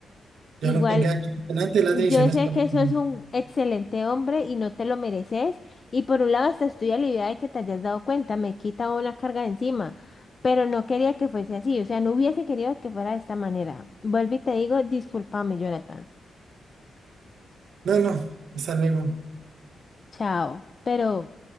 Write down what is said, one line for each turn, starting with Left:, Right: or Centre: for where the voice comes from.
Left: Igual
Right: ya lo venga aquí delante de las
Left: Yo
Right: decisiones
Left: sé
Right: que... vas
Left: que
Right: a
Left: eso
Right: tomar.
Left: es un excelente hombre y no te lo mereces. Y por un lado, hasta estoy aliviada de que te hayas dado cuenta, me quita una carga de encima. Pero no quería que fuese así, o sea, no hubiese querido que fuera de esta manera. Vuelvo y te digo, discúlpame, Jonathan.
Right: No, no, hasta luego.
Left: Chao. Pero.